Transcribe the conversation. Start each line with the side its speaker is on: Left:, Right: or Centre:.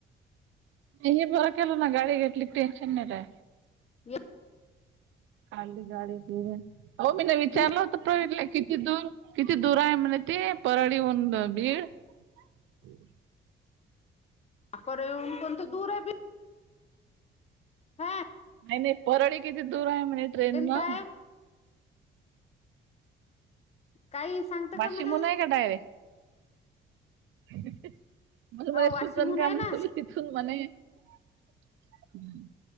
Right: नाही हे बारक्याला ना गाडी गा कली टेन्शन नाही रा
Left: ये,
Right: खाली गाडी फिर हो मी नाही विचारलं
Left: बीड
Right: होत प्रवीण कती दूर कती दूरा आहे म्ह ते परराळी होऊन बीड हम्
Left: प कोणत दूर बी हा
Right: नाही नाही परळी किती दूर आहे म्हणे ट्रेन न
Left: तर आहे काही सांगतं
Right: बार्शी
Left: का म्हणा
Right: हूना आहे डायरे? मला मला
Left: हो वाशिमहून
Right: सूचन कामल
Left: आहे ना
Right: तिथून मणे हम्म